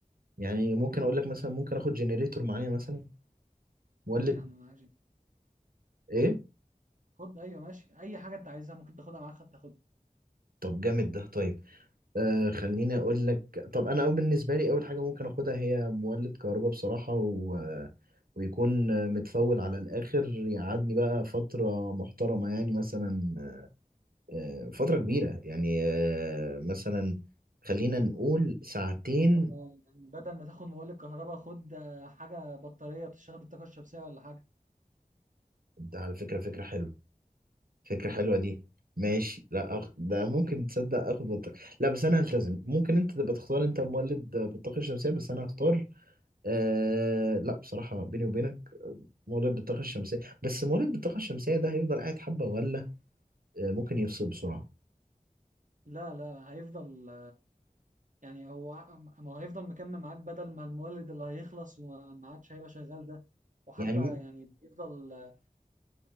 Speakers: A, on the right; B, on the right.
A: يعني ممكن أقول لك مثلا ممكن آخد جنريتور معايا مثلا مولد
B: خد يا عم معاك جيم.
A: إيه
B: خد ايوه ماشي اي حاجه انت عايزها ممكن تاخدها معاك خد- تاخدها
A: طب جامد ده طيب آه خليني أقول لك طب أنا أو بالنسبة لي أول حاجة ممكن آخدها هي مولد كهرباء بصراحة و... ويكون متفول على الآخر يقعدني بقى فترة محترمة يعني مثلا آه، فترة كبيرة يعني آه، مثلا خلينا نقول ساعتين
B: طب ما يعني بدل ما تاخد مولد كهرباء خد آه، حاجه بطاريه بتشتغل بالطاقه الشمسيه ولا حاجه
A: ده على فكرة فكرة حلوة فكرة حلوة دي ماشي لا أخ... ده ممكن تصدق اخد بط... لا بس انا هلتزم ممكن انت تبقى تختار انت مولد آه، بالطاقة الشمسية بس انا هختار آه... لا بصراحة بيني وبينك مولد بالطاقة الشمسية بس مولد بالطاقة الشمسية ده هيفضل قاعد حبة ولا آه، ممكن يفصل بسرعة
B: لا لا هيفضل يعني هو ع- ما هو هيفضل مكمل معاك بدل ما المولد اللي هيخلص وما عادش هيبقى شغال ده وحتى
A: يعني
B: يعني بيفضل آه،